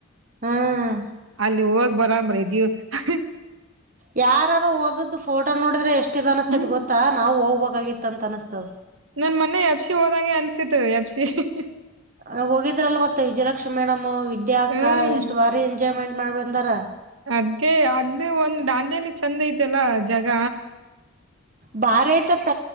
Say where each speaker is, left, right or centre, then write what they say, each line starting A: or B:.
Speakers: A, on the right (about 40°); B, on the right (about 70°).
A: ಹ್ಮ್
B: ಅಲ್ಲಿ ಹೋಗ್ ಬರಾಮ್ರೀ ಜೀವ್ ಅಹ್
A: ಯಾರಾರು ಓದುದ್ದ್ ಫೋಟೋ ನೋಡಿದ್ರೆ ಎಷ್ಟಿದ್ ಅನಿಸ್ತೇತ್
B: ಹ್ಮ್
A: ಗೊತ್ತಾ ನಾವು ಹೋಗ್ಬೇಕಾಗಿತ್ ಅಂತ ಅನ್ನಿಸ್ತದ್.
B: ನನ್ ಮೊನ್ನೆ ಎಫ್ ಸಿ ಹೋದಗೆ ಅನ್ಸಿದ್ದು ಎಫ್ ಸಿ ಹ್ ಹ್
A: ರಗ ಹೋಗಿದ್ರಲ್ ಮತ್ತೆ ವಿಜಯಲಕ್ಷ್ಮಿ ಮೇಡಮ್ ವಿದ್ಯಾ ಅಕ್ಕ
B: ಹ್ಮ್
A: ಎಷ್ಟ್ ಬಾರಿ ಎಂಜಾಯ್ಮೆಂಟ್ ಮಾಡ್ ಬಂದಾರ.
B: ಅದ್ಕೆ ಅಲ್ಲಿ ಒಂದ್ ದಾಂಡೇಲಿ ಚೆಂದ ಐತೆಲ್ಲ ಜಗ
A: ಬಾರಿ ಐತತ್ತ